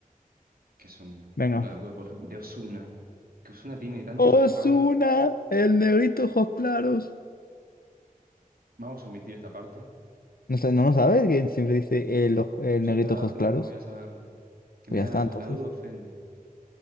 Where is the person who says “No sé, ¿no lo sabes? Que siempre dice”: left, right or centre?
Left